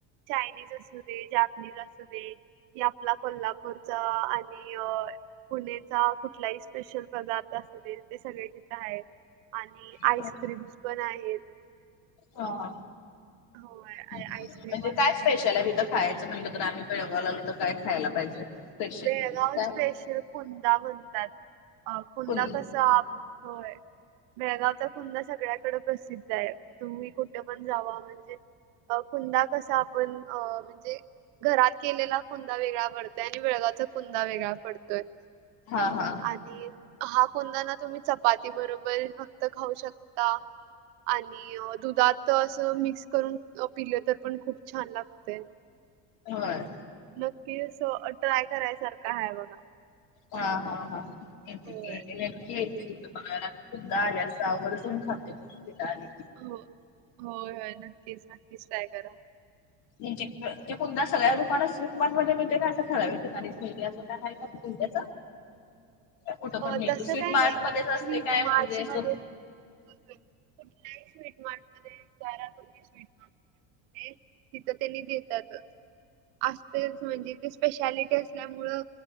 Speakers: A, on the right; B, on the left.
A: चायनीज असू दे, जापनीज असू दे. <inaudible> क आपला कोल्हापूरचा आणि अ पुण्याचा कुठलाही स्पेशल पदार्थ <inaudible> असतो ते ते सगळे तिथं आहेत. आणि
B: हा
A: आईस्क्रीम्स पण आहेत.
B: हा.
A: होय आ-
B: म्हणजे
A: आईस्क्रीम असू
B: कायपेश.
A: दे.
B: खायचं म्हटलं, तर आम्ही बळवा लालो तर काय खायला पाहिजे. स्पेशल
A: बेळगाव
B: काय
A: स्पेशल कुंदा म्हणतात. अ कुंदा
B: कुल
A: कसा. होय बेळगावचा. <inaudible> ख्हा सगळ्याकड प्रसिद्ध आहे. तुम्ही कुठे पण जावा म्हणजे. अ कुंदा कसा आपण अ म्हणजे घरात केलेला कुंदा वेगळा पडतोय आणि वेळगाचा कुंदा वेगळा पडतोय. <inaudible>
B: हा हा
A: आणि हा कोदा ना तुम्ही चपाती बरोबर फक्त खाऊ शकता. आणि, दुधात असं मिक्स करून पिले तर पण खूप छान लागते.
B: <inaudible> ह.
A: नक्की स ट्राय करायसारखं हय बघा.
B: हा हा हा <inaudible> हेेतत.
A: होय
B: <inaudible> सुद्धा आल्यास आवर्जून खाते. इथं आणि
A: हो. होय - होय, नक्कीच - नक्कीच काय करा.
B: म्हणजे ते कोण ना सगळ्या दुकाना, स्वीट मार्ट मध्ये म्हणजे का? असं ठराव ठिकाणीच मिळते. अस काय, हाय का? कुठं पण
A: हो.
B: मिळते
A: तसं,
B: स्वीट
A: काय
B: मार्ट
A: नाही.
B: मध्येच असते
A: स्वीट
B: काय
A: मार्ट
B: म्हणजे असं
A: मध्ये, कुठल्याही स्वीट <unintelligible> विचारा स्वीट <unintelligible> तिथं त्यांनी देतातच. असतेच. म्हणजे ते, स्पेशालिटी असल्यामुळं,